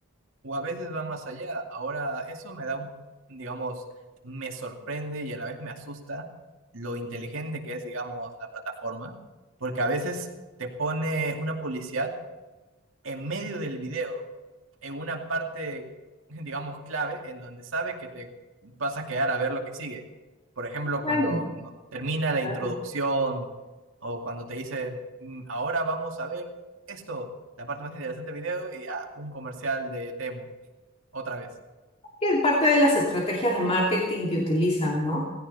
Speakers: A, on the right; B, on the left.
A: o a veces va más allá. Ahora, eso me da un, digamos, me sorprende y a la vez me asusta lo inteligente que es, digamos, la plataforma, porque a veces te pone una publicidad en medio del video, en una parte, <laughs> digamos, clave, en donde sabe que te vas a quedar a ver lo que sigue. Por ejemplo,
B: Bueno,
A: cuando no- termina la
B: claro.
A: introducción o cuando te dicen, "Mm, ahora vamos a ver esto, la parte más interesante del video, y ah, un comercial de Temu, otra vez.
B: Es parte de las estrategias de marketing que utilizan, ¿no?